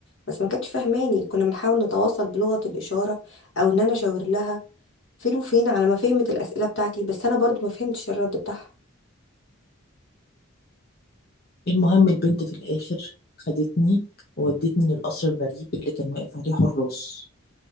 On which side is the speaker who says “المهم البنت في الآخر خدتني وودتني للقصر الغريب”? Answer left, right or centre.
Left